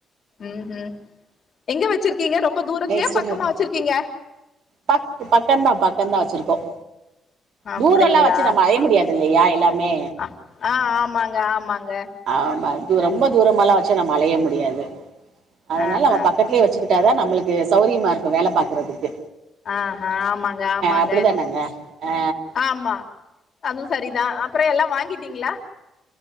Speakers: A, on the left; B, on the right.
A: ம்ஹூம் எங்க வச்சிருக்கீங்க ரொம்ப தூரத்துலயா
B: நெக்ஸ்ட்
A: பக்கமா
B: மந்த்
A: வச்சிருக்கீங்க
B: பக் பக்கம்தான் பக்கம்தான் வச்சிருக்கோம்
A: அப்டிங்களா
B: தூரம்ல்லாம் வச்சு நம்ம அலைய முடியாது இல்லையா எல்லாமே
A: ஆ ஆ ஆமாங்க ஆமாங்க
B: ஆமா அது ரொம்ப தூரமால்லா வச்சு நம்ம அலைய முடியாது அதனால
A: ஆஹா
B: நம்ம பக்கத்துலயே வச்சுக்கிட் ட்டா தா நம்மளுக்கு சௌரியமா இருக்கு வேல பாக்கறதுக்கு
A: ஆஹ ஆமாங்க ஆமாங்க
B: அப்படிதானங்க ஆ
A: ஆமா அதும் சரிதா அப்றோ எல்லா வாங்கிட்டீங்களா